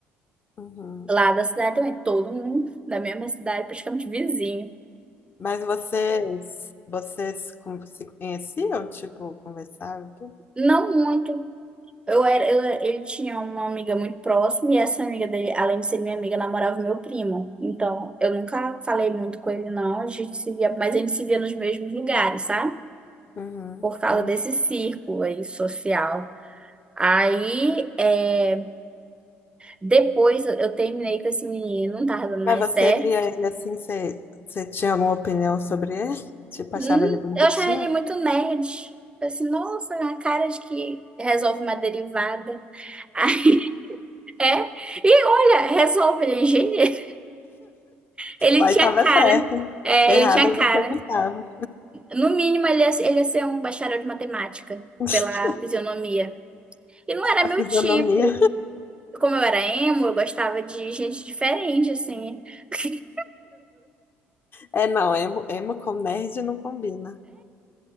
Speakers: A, on the left (about 40°); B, on the right (about 20°).
A: uhum.
B: lá da cidade também, todo mundo da mesma cidade, praticamente vizinho.
A: Mas vocês, vocês com- se conheciam, tipo, conversavam? e tudo?
B: Não muito. Eu era, eu- ele tinha uma amiga muito próxima e essa amiga dele, além de ser minha amiga, namorava meu primo. Então, eu nunca falei muito com ele, não. A gente se via, mas a gente se via nos mesmos lugares, sabe?
A: Uhum,
B: Por causa
A: entendi.
B: desse círculo aí social. Aí, é Depois eu eu terminei com esse menino, não tava dando
A: Mas
B: mais
A: você
B: certo.
A: via ele assim, você, você tinha alguma opinião sobre ele? Tipo,
B: Hum,
A: achava ele bonitinho?
B: eu achava ele muito nerd. Eu assim, nossa, a cara de que resolve uma derivada. <laughs> É, e olha, resolve, ele é engenheiro. Ele
A: Aí
B: tinha
A: tava
B: cara.
A: certo.
B: É,
A: Errada
B: ele tinha cara.
A: você não tava.
B: No mínimo, ele ia, ele ia ser um bacharel de matemática,
A: <laughs>
B: pela fisionomia. E não era meu
A: A fisionomia.
B: tipo. Como eu era emo, eu gostava de gente diferente, assim. <laughs>
A: É, não, emo, emo com nerd não combina.